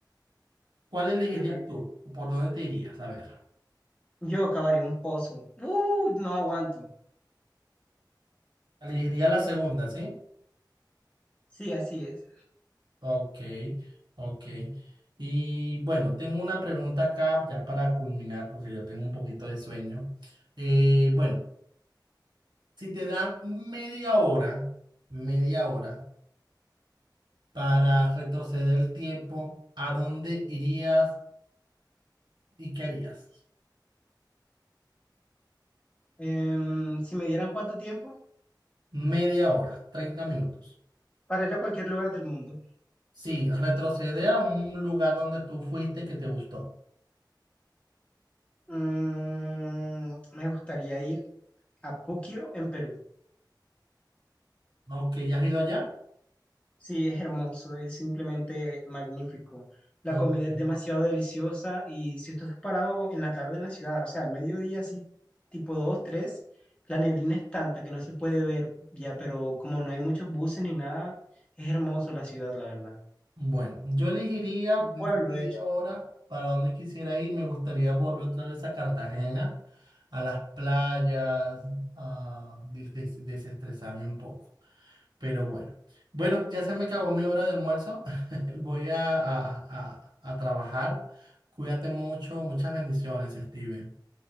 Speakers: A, on the right (about 75°); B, on the left (about 15°).
A: ¿Cuál elegirías
B: qué rico.
A: tú? ¿Por dónde te irías? A ver.
B: Yo cavaría un pozo. Uh, no aguanto.
A: Elegiría la segunda, ¿sí?
B: Sí, así es.
A: Ok, ok. Y bueno, tengo una pregunta acá ya para culminar, porque yo tengo un poquito de sueño. Eh, bueno, si te dan media hora, media hora para retroceder el tiempo, ¿a dónde irías y qué harías?
B: Em, si me dieran cuánto tiempo
A: Media hora, treinta minutos.
B: para ir a cualquier lugar del mundo.
A: Sí, retroceder a un lugar donde tú fuiste que te gustó.
B: Mm, me gustaría ir a Puquio, en Perú.
A: Ok, ¿ya has ido allá?
B: Sí, es hermoso, es simplemente magnífico. La
A: Ok.
B: comida es demasiado deliciosa y si tú estás parado en la tarde en la ciudad, o sea, al mediodía, así tipo 2, 3, la neblina es tanta que no se puede ver ya, pero como no hay muchos buses ni nada, es hermoso la ciudad, la verdad.
A: Bueno, yo elegiría
B: Un
A: mm,
B: pueblo,
A: y
B: de hecho.
A: ahora para donde quisiera ir. Me gustaría volver otra vez a Cartagena, a las playas, a des- des- desestresarme un poco. Pero bueno, bueno, ya se me acabó mi hora de almuerzo. <laughs> Voy a, a a- a- a trabajar. Cuídate mucho. Muchas bendiciones, Steven.